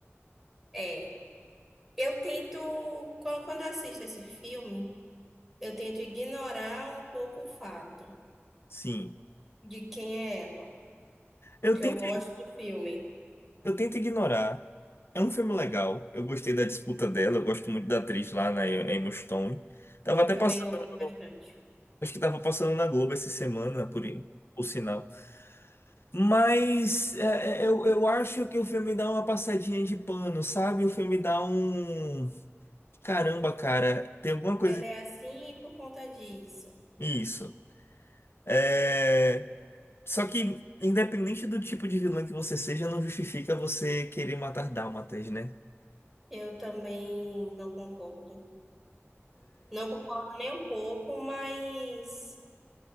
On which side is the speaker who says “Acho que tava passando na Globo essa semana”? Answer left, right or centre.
Left